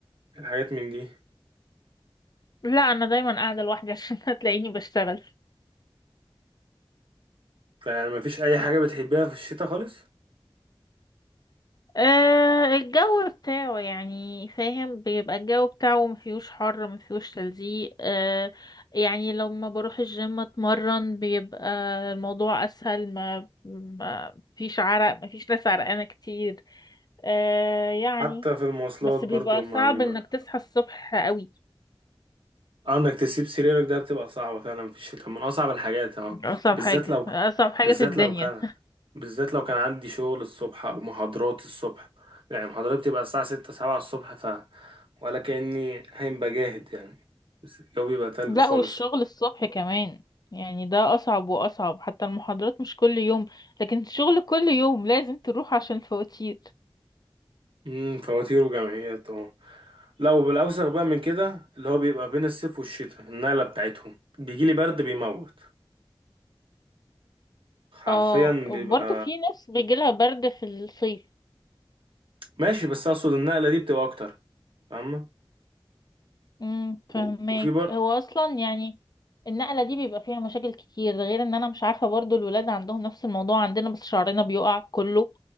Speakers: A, on the right; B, on the left.
A: الحاجات من دي
B: لا انا دايما قاعدة لوحدي <laughs> عشان هتلاقيني بشتغل
A: فيعني مفيش أي حاجة بتحبها في الشتاء خالص
B: أه الجو بتاعه يعني فاهم بيبقى الجو بتاعه مفيهوش حر مفيهوش تلزيق أه يعني لما بروح الجيم اتمرن بيبقى الموضوع اسهل ما, ما فيش عرق مفيش ناس عرقانة كتير أه يعني
A: حتى في المواصلات
B: بس
A: برضو
B: بيبقى
A: ما
B: صعب
A: بيبقى
B: انك تصحى الصبح قوي
A: آه، انك تسيب سريرك ده بتبقى صعبة فعلا في الشتاء من اصعب الحاجات اه
B: اصعب
A: بالذات
B: حاجة
A: لو ك...
B: اصعب حاجة
A: بالذات
B: في الدنيا
A: لو كان بالذات لو كان عندي شغل الصبح او محاضرات الصبح يعني محاضرات بتبقى الساعة ستة سبعة الصبح ف ولا كأني هين بجاهد يعني بس الجو بيبقى تلج
B: لا
A: خالص
B: والشغل الصبح كمان يعني ده أصعب وأصعب حتى المحاضرات مش كل يوم لكن الشغل كل يوم لازم تروح عشان الفواتير
A: امم فواتير وجمعيات اه لو بالاوسخ بقى من كده اللي هو بيبقى بين الصيف والشتاء النقلة بتاعتهم بيجيلي برد بيموت حرفيا
B: اه وبرضه
A: بيبقى
B: في ناس بيجيلها برد في الصيف
A: ماشي بس اقصد النقلة دي بتبقى اكتر فاهمة
B: امم فهماك
A: و- وفي برضه
B: هو أصلا يعني النقلة دي بيبقى فيها مشاكل كتير غير ان انا مش عارفة برضه الولاد عندهم نفس الموضوع عندنا بس شعرنا بيقع كله